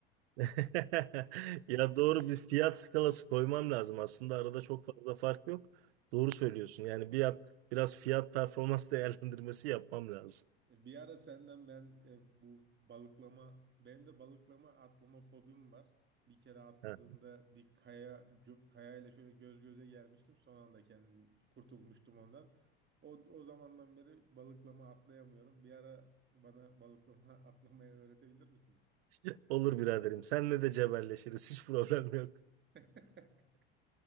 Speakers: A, on the right (about 70°); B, on the right (about 35°).
A: <laughs> Ya
B: <laughs>
A: doğru bir fiyat skalası koymam lazım. Aslında arada çok fazla fark yok. Doğru söylüyorsun. Yani bir yap- biraz fiyat performans <laughs> değerlendirmesi yapmam lazım.
B: E, Bir ara senden ben e, bu balıklama, benim de balıklama atlama fobim var. Bir kere atladığımda
A: Ha.
B: bir kaya gö- kayayla şöyle göz göze gelmiştim. Son anda kendim kurtulmuştum ondan. O, o zamandan beri balıklama atlayamıyorum. Bir ara bana balıklama <laughs> atlamayı öğretebilir misin?
A: <laughs> Olur biraderim. Seninle de cebelleşiriz. Hiç problem yok.
B: <laughs>